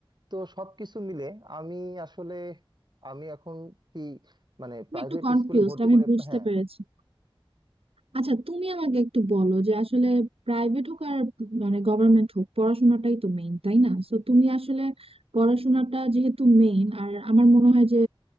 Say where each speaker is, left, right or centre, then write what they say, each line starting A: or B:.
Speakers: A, on the right; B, on the right.
A: তো সবকিছু মিলে আমি আসলে আমি এখন কি মানে
B: আমি
A: প্রাইভেট
B: একটু কনফিউজড
A: স্কুলে ভর্তি
B: আমি
A: করে
B: বুঝতে
A: হ্যাঁ
B: পেরেছি আচ্ছা তুমি আমাকে একটু বলো যে আসলে প্রাইভেট হোক আর মানে গভর্নমেন্ট হোক পড়াশোনাটাই তো মেইন তাই না তো তুমি আসলে পড়াশোনাটা যেহেতু মেইন আর আমার মনে হয় যে